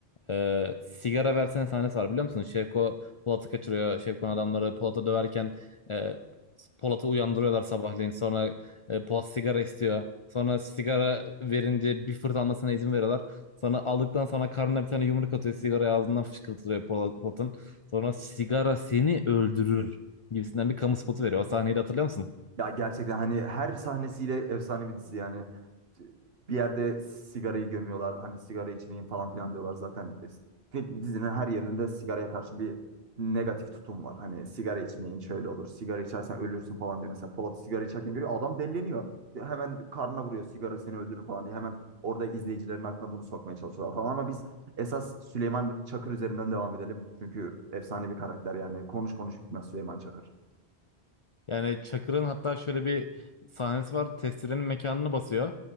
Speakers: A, on the left (about 45°); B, on the right (about 65°).
A: e, sigara versene sahnesi var biliyor musunuz? Şevko Polat'ı kaçırıyor. Şevko'nun adamları Polat'ı döverken e, Polat'ı uyandırıyorlar sabahleyin. Sonra e, Polat sigara istiyor. Sonra sigara verince bir fırt almasına izin veriyorlar. Sonra aldıktan sonra karnına bir tane yumruk atıyor. Sigara ağzından fışkırtılıyor Polat- Polat'ın. Sonra sigara seni öldürür gibisinden bir kamu spotu veriyor. O sahneyi de hatırlıyor musun?
B: Ya gerçekten hani her sahnesiyle efsane bir dizi yani. Bir yerde sigarayı gömüyorlar. Hani sigara içmeyin falan filan diyorlar zaten. Fil- Dizinin her yerinde sigaraya karşı bir negatif tutum var. Hani sigara içmeyin şöyle olur. Sigara içersen ölürsün falan diyor. Mesela Polat sigara içerken görüyor adam delleniyor. Hemen karnına vuruyor sigara seni öldürür falan diye. Hemen orada izleyicilerin aklına bunu sokmaya çalışıyorlar falan. Ama biz esas Süleyman Çakır üzerinden devam edelim. Çünkü efsane bir karakter yani. Konuş konuş bitmez Süleyman Çakır.
A: Yani Çakır'ın hatta şöyle bir sahnesi var. Testire'nin mekanını basıyor.